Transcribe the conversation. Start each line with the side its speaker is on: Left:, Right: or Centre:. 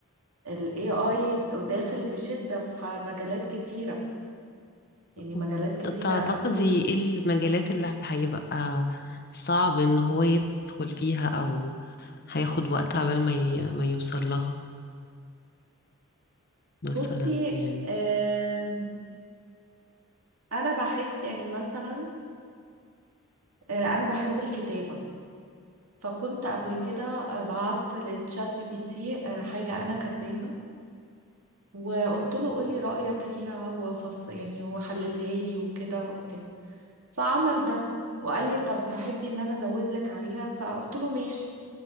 Right: ال AI داخل بشدة في مجالات كتيرة يعني مجالات
Left: مم.
Right: كتيرة
Left: طب تعتقدي
Right: قوي
Left: ايه المجالات اللي هيبقى صعب ان هو يدخل فيها او هياخد وقت عبال ما ي- ما يوصل لها مثلا
Right: بصي
Left: يعني
Right: آم، أنا بحس يعني مثلا آه، أنا بحب الكتابة فكنت قبل كده آه، بعت لتشات جي بي تي آه، حاجة أنا كاتباها وقلت له قولي رأيك فيها وفص يعني وحللها لي وكده وبتاع فعمل ده وقال لي طب تحبي إن أنا أزود لك عليها فقلت له ماشي